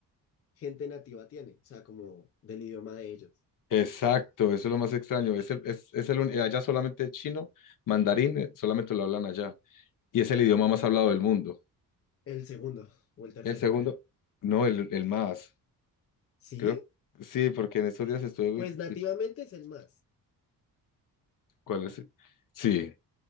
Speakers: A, on the left; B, on the left.
A: gente nativa tiene, o sea, como del idioma de ellos.
B: Exacto, eso es lo más extraño. Es el, es, es el, un- eh, allá solamente chino, mandarín, eh, solamente lo hablan allá. Y es el idioma más hablado del mundo.
A: El segundo o el tercero,
B: El segundo,
A: creo.
B: no, el, el más,
A: ¿Sí?
B: creo. Sí, porque en estos días estuve... vi-
A: Pues nativamente
B: vi-
A: es el más.
B: ¿Cuál es? el? Sí.